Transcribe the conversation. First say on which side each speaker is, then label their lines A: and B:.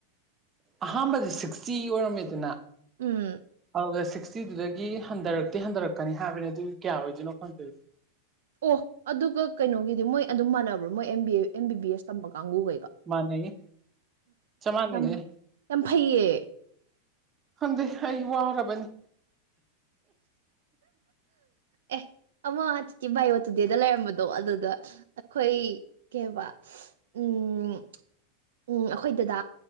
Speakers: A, on the right; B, on the right.
A: ꯑꯍꯥꯟꯕꯗꯤ ꯁꯤꯛꯁꯇꯤ ꯑꯣꯏꯔꯝꯃꯦꯗꯅ
B: ꯎꯝ
A: ꯑꯣ ꯁꯤꯛꯁꯇꯤꯗꯨꯗꯒꯤ ꯍꯟꯊꯔꯛꯇꯤ ꯍꯟꯊꯔꯛꯀꯅꯤ ꯍꯥꯏꯕꯅꯤ ꯑꯗꯨ ꯀꯌꯥ ꯑꯣꯏꯗꯣꯏꯅꯣ ꯈꯪꯗꯣꯏꯔꯤꯁꯦ
B: ꯑꯣ ꯑꯗꯨꯒ ꯀꯩꯅꯣꯒꯤꯗꯤ ꯃꯣꯏ ꯑꯗꯨꯝ ꯃꯥꯟꯅꯕ꯭ꯔꯣ ꯃꯣꯏ B M B B S ꯇꯝꯕ ꯀꯥꯡꯒꯕꯨꯈꯩꯒ
A: ꯃꯥꯟꯅꯩꯌꯦ ꯆꯞ ꯃꯥꯟꯅꯩꯌꯦ
B: ꯌꯥꯝ ꯌꯥꯝ ꯐꯩꯌꯦ
A: ꯈꯪꯗꯦ ꯑꯩ ꯋꯥꯔꯕꯅꯤ
B: ꯑꯦ ꯑꯃ ꯆꯤꯇꯤ ꯕꯥꯏꯌꯑꯣ ꯇꯨꯗꯦꯗ ꯂꯩꯔꯝꯕꯗꯣ ꯑꯗꯨꯗ ꯑꯩꯈꯣꯏ ꯀꯩꯕ
A: <inaudible>
B: ꯎꯝ ꯎꯝ ꯑꯩꯈꯣꯏ ꯗꯗꯥ